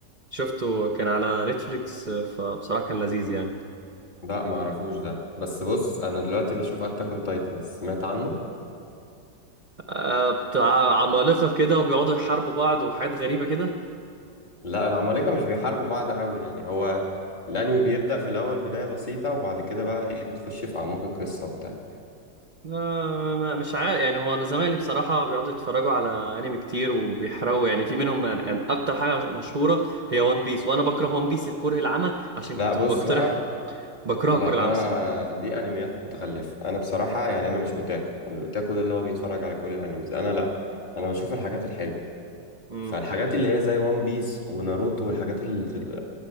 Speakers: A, on the right; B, on the left.
A: شفته كان على نتفليكس آه، فبصراحة كان لذيذ يعني
B: لا ما اعرفوش ده بس بص انا دلوقتي بشوف اتاك اون تايتنز سمعت عنه
A: آه، بتاع عمالقة كده وبيقعدوا يحاربوا بعض وحاجات غريبة كده
B: لا العمالقه مش بيحاربوا بعض قوي يعني هو الانمي بيبدا في الاول بدايه بسيطه وبعد كده بقى ايه بتخش في اعماق القصه وبتاع
A: آه، ما- مش عارف يعني هو انا زمايلي بصراحة بيقعدوا يتفرجوا على انمي كتير وبيحرقوا يعني في منهم يعني يعني اكتر حاجة مشهورة هي وان بيس وانا بكره وان بيس الكره العمى عشان
B: لا
A: كنت
B: بص
A: بقترح
B: بقى
A: بكرهها
B: لا
A: كره العمى
B: ده
A: الصراحة
B: دي انميات متخلفه انا بصراحه يعني انا مش اوتاكو والاوتاكو ده اللي هو بيتفرج على كل الانميز انا لا انا بشوف الحاجات الحلوه
A: امم
B: فالحاجات اللي هي زي وان بيس وناروتو والحاجات اللي